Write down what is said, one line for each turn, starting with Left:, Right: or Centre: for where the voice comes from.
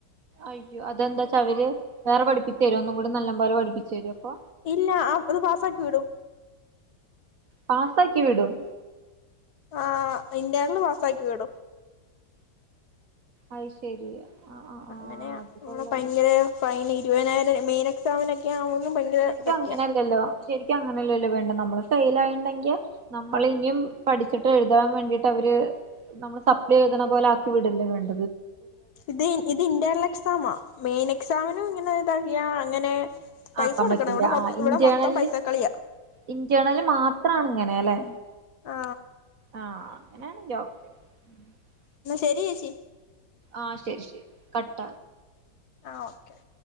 Right: അയ്യോ അതെന്താച്ചാ അവര് വേറെ പഠിപ്പിക്ക തരോ ഒന്നും കൂടെ നല്ലം പോലെ പഠിപ്പിച്ചു തരോ അപ്പൊ
Left: ഇല്ല ആ അത് പാസ്സ ആക്കി വിടും
Right: പാസാക്കി വിടും
Left: ആ ഇന്റെർണൽ പാസാക്കി വിടും
Right: അത് ശരി ആ ആ ആ
Left: അങ്ങനെയ
Right: അത്
Left: നമ്മടെ
Right: കൊള്ളാലോ
Left: ഭയങ്കര ഫൈൻ ഇരുപതിനായിരം മെയിൻ എക്സമിനൊക്കെ ആകോ ഭയങ്കര
Right: ശരിക്കും
Left: ഇതക്കെയാ
Right: അങ്ങനെയല്ലല്ലോ ശരിക്കും അങ്ങനെയല്ലല്ലോ വേണ്ട നമ്മള് ഫൈൽ ആയിണ്ടെങ്കിൽ നമ്മള് ഇനിയും പഠിച്ചിട്ട് എഴുതാൻ വേണ്ടിയിട്ട് അവര് നമ്മള് സപ്ലൈ എഴുതണ പോലെ ആക്കി വിടല്ലേ വേണ്ടെ
Left: ഇത് ഇത് ഇന്റൽ എക്സാ മെയിനെ എക്സാമിനും ഇങ്ങനെ ഇതറിയുക അങ്ങനെ പൈസ
Right: ആക്കാൻ
Left: കൊടുക്കണം
Right: പറ്റില്ല
Left: ഇവിടെ മൊത്തം
Right: ആ ഇന്റേർണൽ
Left: ഇവിടെ മൊത്തം പൈസ കളിയാ
Right: ഇന്റേർണല് മാത്രാണ്ങ്ങന മേലെ
Left: ആ
Right: ആ <unintelligible>
Left: എന്ന ശരി ചേച്ചി
Right: ആ ശരി ശരി കട്ട
Left: ആ ഓക്കെ ഓക്കെ